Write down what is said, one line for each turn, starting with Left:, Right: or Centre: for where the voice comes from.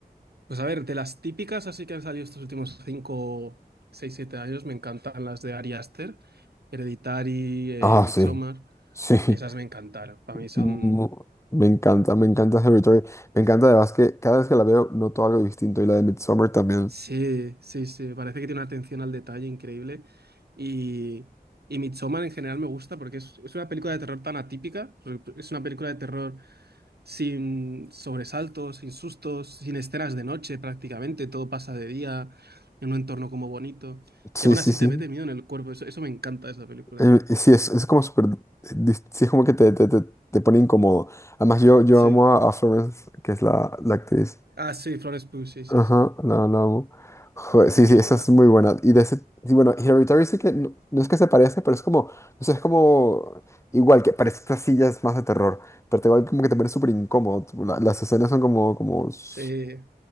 Right: Pues a ver, de las típicas así que han salido estos últimos 5 6 7 años, me encantan las de Ari Aster, Hereditary,
Left: Ah,
Right: eh, Midsommar,
Left: sí. Sí. <laughs>
Right: esas me encantaron. Para mí son...
Left: Mm, Me encanta, me encanta Hereditary. Me encanta además que cada vez que la veo noto algo distinto y la de Midsommar también.
Right: Sí, sí, sí, parece que tiene una atención al detalle increíble. Y, y Midsommar en general me gusta porque es, es una película de terror tan atípica, es una película de terror sin sobresaltos, sin sustos, sin escenas de noche prácticamente, todo pasa de día, en un entorno como bonito,
Left: Sí,
Right: y aún
Left: sí,
Right: así
Left: sí.
Right: te mete miedo en el cuerpo, eso, eso me encanta de esa película.
Left: Eh, y sí, es, es como súper, dis- sí, es como que te, te, te, te pone incómodo. Además, yo, yo
Right: Sí.
Left: amo a, a Florence, que es la, la actriz.
Right: Ah, sí, Florence Pugh, sí, sí,
Left: Ajá,
Right: sí.
Left: la, la amo. Joder,
Right: Sí,
Left: sí, sí,
Right: yo
Left: esa
Right: igual.
Left: es muy buena. Y de ese, sí, bueno, Hereditary sí que, no, no es que se parece, pero es como, no sé, es como, igual, que parece estas sillas más de terror, pero te igual como que te pone súper incómodo. tipo, la- las escenas son como, como, s-
Right: Sí.